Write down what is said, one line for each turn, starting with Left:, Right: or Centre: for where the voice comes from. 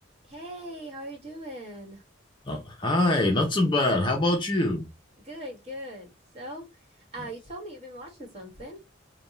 Right: Hey, how are you doing?
Left: Not, hi, not too bad. How about you?
Right: Good, good. So, uh,
Left: Yes.
Right: you told me you've been watching something.